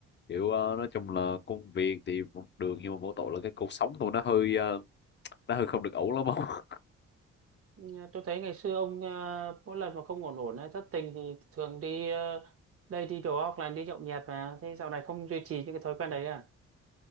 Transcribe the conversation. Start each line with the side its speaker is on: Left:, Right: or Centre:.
Left: Kiểu ờ, nói chung là công việc thì vẫn được nhưng mà mỗi tội là cái cuộc sống của nó hơi ờ, nó hơi không được ổn lắm ông. <laughs>
Right: Ờ, Tôi thấy ngày xưa ông ờ, mỗi lần mà không ổn ổn hay thất tình thì thường đi ờ, đây đi đó hoặc là đi nhậu nhẹt mà. Thế dạo này không duy trì những cái thói quen đấy à?